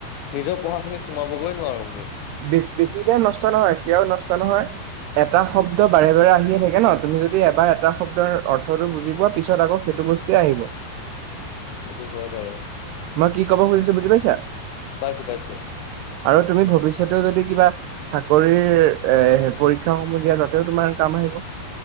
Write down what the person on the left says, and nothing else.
নিজৰ পঢ়াখিনিত সোমাব গৈ নোৱাৰোগৈ।
সেইটো হয় বাৰু।
পাইছো, পাইছো।